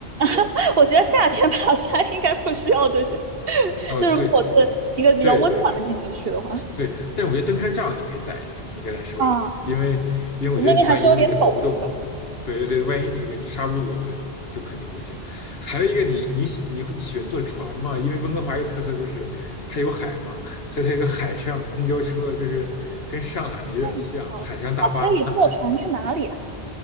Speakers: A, on the right; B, on the left.
A: <laughs> 我觉得夏天爬山应该不需要这些，<laughs>
B: 哦，
A: 就如果我是一个比较温暖的季节去的话，
B: 对对对对，对，但我觉得登山杖你可以带一下，你刚才说的，
A: 啊，
B: 因为因为我觉得你万一那个走不动了，
A: 那边还是有点陡的。
B: 对对，万一那个你刹不住我，对，就肯定不行。还有一个你，你喜你会你喜欢坐船吗？因为温哥华一个特色就是它有海嘛，所以它有个海上公交车，就是跟上海那有点像，
A: 嗯，啊那可以坐船去哪里？
B: 海上大巴，<laughs>